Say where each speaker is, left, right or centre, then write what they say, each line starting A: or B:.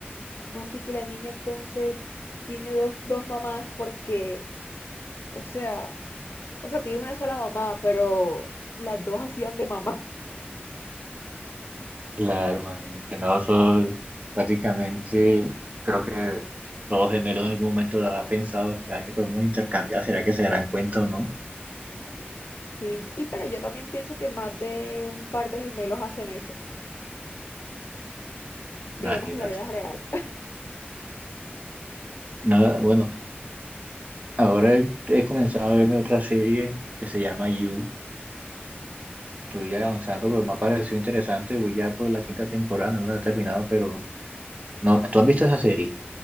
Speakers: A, on the left (about 75°); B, on the right (about 40°).
A: cómo así que la niña entonces tiene dos, dos mamás porque O sea, o sea, tiene una sola mamá, pero las dos hacían de mamá. <laughs>
B: Claro, imagínate, no, eso prácticamente creo que todos gemelos en algún momento lo habrá pensado. ¿Será que podemos intercambiar? ¿Será que se darán cuenta o no?
A: Sí, y pero yo también pienso que más de un par de gemelos hacen eso, digamos
B: Imagínate.
A: en la vida real.
B: Nada, bueno. Ahora he, he comenzado a verme otra serie que se llama You. Estoy avanzando, pero me ha parecido interesante. Voy ya por la quinta temporada, no me la he terminado, pero no, ¿tú has visto esa serie?